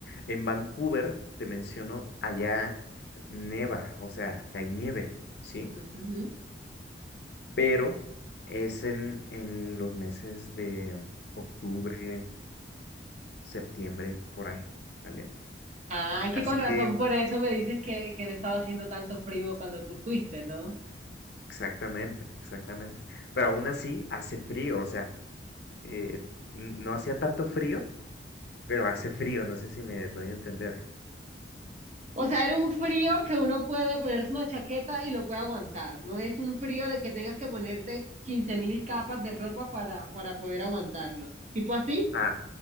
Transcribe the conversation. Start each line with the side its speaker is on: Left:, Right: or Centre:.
Left: En Vancouver, te menciono, allá neva, o sea, hay nieve, ¿sí?
Right: Ujú.
Left: Pero es en, en los meses de octubre, septiembre, por ahí, ¿vale?
Right: Ah, es
Left: Así
Right: que con razón
Left: que,
Right: por eso me dices que, que no estaba haciendo tanto frío cuando tú fuiste, ¿no?
Left: exactamente, exactamente. Pero aún así hace frío, o sea, eh, n- no hacía tanto frío, pero hace frío, no sé si me doy a entender.
Right: O sea, era un frío que uno puede ponerse una chaqueta y lo puede aguantar. No es un frío de que tengas que ponerte 15.000 capas de ropa para, para poder aguantarlo. ¿Tipo así?
Left: Ah,